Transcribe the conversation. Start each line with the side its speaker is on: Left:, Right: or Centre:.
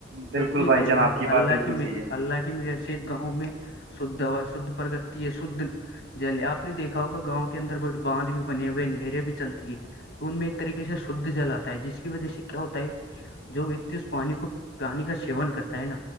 Right: بالکل
Left: کیونکہ
Right: بھائی
Left: اللہ
Right: جان آپ بات
Left: اللہ
Right: بالکل
Left: کی
Right: صحیح
Left: اللہ کی مر گاؤں میں شھ ہا شھ پرگتی ہے شھ جلے آپ نے دیکھا ہوگا گاؤں کے اندر بڑ باندھ بھی بنے ہوئے ہیں نہرے بھی چلتی ہے ان میں ایک طریقے سے شدھ جل آتا ہے جس کی وجہ سے کیا ہوتا ہے جو ویکتی اس پانی کو پانی کا سیون کرتا ہے نا